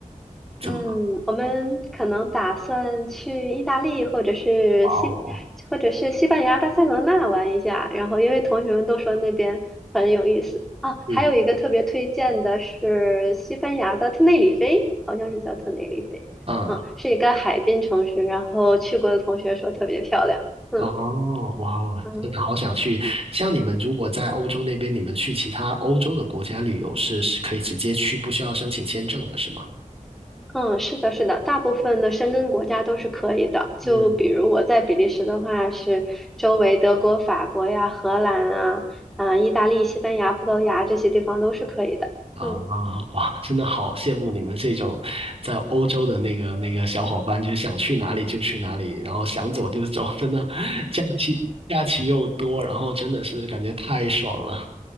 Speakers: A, on the right (about 45°); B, in the centre.
A: 怎么？
B: 嗯，我们可能打算去意大利或者是西或者是西班牙巴塞罗那玩一下，
A: 哇哦，
B: 然后因为同学们都说那边很有意思啊，
A: 嗯
B: 还有一个特别推荐的是西班牙的特内里菲，好像是叫特内里菲，
A: 嗯，
B: 嗯，是一个海滨城市，然后去过的同学说特别漂亮，嗯
A: 哦，哇哦，
B: 嗯。
A: 真的好想去。像你们如果在欧洲那边，你们去其他欧洲的国家旅游是是可以直接去，不需要申请签证的，是吗？
B: 嗯，是的，是的，大部分的申根国家都是可以的。就比如我在比利时的话，
A: 嗯
B: 是周围德国、法国呀、荷兰啊、啊、意大利、西班牙、葡萄牙这些地方都是可以的。
A: 啊，
B: 嗯
A: 哇，真的好羡慕你们这种在欧洲的那个那个小伙伴，就是想去哪里就去哪里，然后想走就走，真的假期假期又多，然后真的是感觉太爽了。